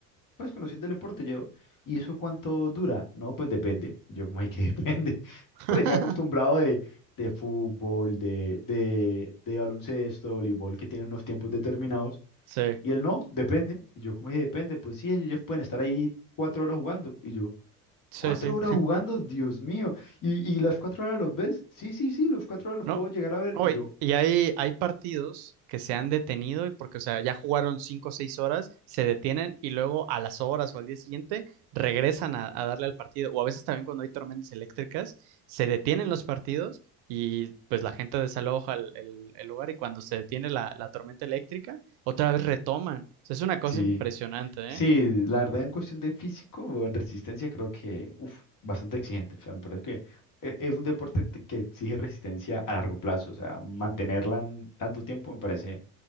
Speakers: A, on the left; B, on the right.
A: Pues conociendo el deporte, yo, ¿y eso cuánto dura? No, pues depende. Yo, como hay que <laughs> depende.
B: <laughs>
A: Pues venía acostumbrado de, de fútbol, de, de, de baloncesto, voleibol, que tiene unos tiempos determinados.
B: Sí,
A: Y él no, depende. Y yo, como dije, depende. Pues sí, ellos pueden estar ahí cuatro horas jugando. Y yo,
B: sí,
A: ¿cuatro
B: sí.
A: horas jugando? Dios mío. ¿Y, y las cuatro horas los ves? Sí, sí, sí, los cuatro horas los
B: No,
A: puedo llegar a ver.
B: hoy,
A: Y yo,
B: y hay, hay partidos que se han detenido y porque, o sea, ya jugaron cinco o seis horas, se detienen y luego a las horas o al día siguiente regresan a, a darle al partido. O a veces también cuando hay tormentas eléctricas, se detienen los partidos y pues la gente desaloja el, el- el lugar y cuando se detiene la, la tormenta eléctrica, otra vez retoman. O sea, es una cosa
A: sí.
B: impresionante,
A: Sí,
B: ¿eh?
A: la verdad en cuestión de físico o en resistencia creo que, uf, bastante exigente. O sea, me parece que e- es un deporte te- que exige resistencia a largo plazo. O sea, mantenerla en tanto tiempo me parece